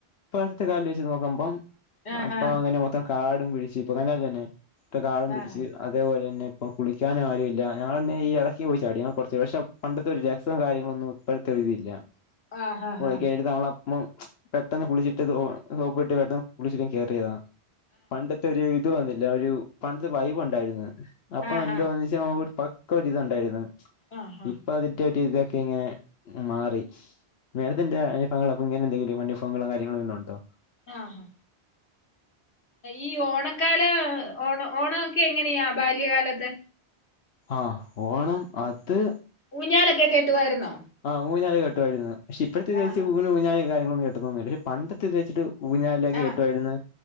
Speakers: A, on the left; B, on the left.
A: പ്രാവശ്യത്തെ കാല് വെച്ച് നോക്കുമ്പംഅപ്പൊ
B: ആഹ് ആഹ്
A: അങ്ങനെ മൊത്തം കാടും പിടിച്ചു ഇപ്പൊതന്നെല്ലെന്നേ ഇപ്പ കാടും
B: ആഹ് ആഹ് ആഹ്
A: പിടിച്ച് അതേപോലെന്നെ പിന്നെ ഇപ്പം കുളിക്കാൻ ആരുവില്ല ഞങ്ങളെന്നെ ഈ എടക്ക് പോയി ചാടി ഞങ്ങെ കൊറെച്ച് പക്ഷെ പണ്ടത്തെയൊരു രെസവും കാര്യങ്ങളൊന്നും ഇപ്പ ത്തെ തില്ല
B: ആഹ്
A: <unintelligible> മം പെട്ടെന്ന് കുളിച്ചിട്ട് സോപ്പിട്ട് പെട്ടെന്ന് കുളിച്ചിട്ട് ഒന്ന് കേറിതാ പണ്ടത്തെ ഒരു ഇത് വന്നില്ല ഒരു പണ്ടത്തെ വൈബ് ഒണ്ടാരുന്ന് അപ്പൊ
B: ആഹ്
A: എന്തൊന്നി ക്ക ഒരു പക്കരിതൊണ്ടാരുന്നു
B: ആഹ് ആഹ്
A: ഇപ്പൊ അതിന്റൊരു ഇതൊക്കെ ഇങ്ങനെ. മാറി മേഡത്തിന്റെ അനുഭവങ്ങള് അപ്പ ഇങ്ങനെയെന്തെങ്കിലും അനുഭവങ്ങളോ കാര്യങ്ങളോ വെല്ലോം ഒണ്ടോ
B: ആഹ് ഈ ഓണക്കാല ഓണ ഓണൊക്കെ എങ്ങനെയാ ബാല്യകാലത്ത്
A: ആഹ് ഓണം അത്
B: ഊഞ്ഞാലെക്കെ കെട്ടുവാരുന്നോ
A: ആ ഊഞ്ഞാല് കെട്ടുമാരുന്നു പക്ഷെ ഇപ്പഴത്തെയിത് വെച്ച്
B: ആഹ്
A: ഊന ഊഞ്ഞാലും കാര്യങ്ങളൊന്നും കെട്ടതെന്നുമില്ല പക്ഷേ പണ്ടത്തെ ഇത് വെച്ചിട്ട് ഊഞ്ഞാലിലേക്ക്
B: ആഹ്
A: കെട്ടുമാരുന്നു.